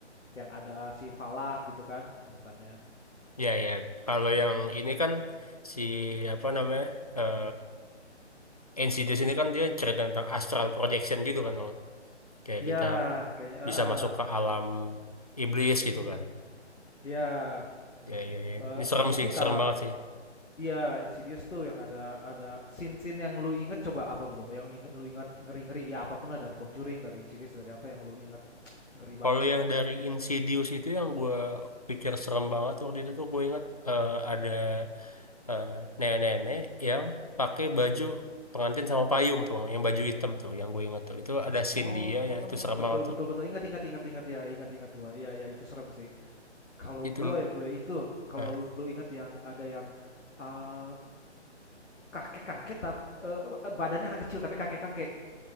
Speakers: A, on the left; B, on the left.
A: yang ada si Falak gitu kan, setannya.
B: ya ya. Kalau yang ini kan si apa namanya eh Insidious ini kan dia cerita tentang astral projection gitu kan, Bang. kayak
A: Iya,
B: kita
A: kayaknya
B: bisa
A: ah, ah.
B: masuk ke alam iblis
A: Mm-mm.
B: gitu kan.
A: Iya. Ini,
B: Ya ya ya.
A: eh,
B: Ini serem
A: mungkin
B: sih,
A: kalau
B: serem banget sih.
A: iya Insidious tuh yang ada ada scene-scene yang lu inget coba apa bro? Yang inget, lu inget ngeri-ngeri ya apapun lah dari Conjuring, dari Insidious, dari apa yang lu inget ngeri
B: Kalau
A: banget.
B: yang dari Insidious itu yang gue pikir serem banget waktu itu tuh gue inget eh, ada eh, nenek-nenek yang pakai baju pengantin sama payung tuh, yang baju hitam tuh, yang gue inget tuh. Itu ada scene
A: Oh,
B: dia yang itu serem
A: betul
B: banget
A: betul
B: tuh.
A: betul. Ingat ingat ingat ingat ya, ingat ingat gua. Iya ya, itu serem sih. Kalau
B: Itu,
A: gua ya, Bro, ya itu kalau
B: nah.
A: lu ingat yang ada yang eh, kakek-kakek tapi badannya anak kecil tapi kakek-kakek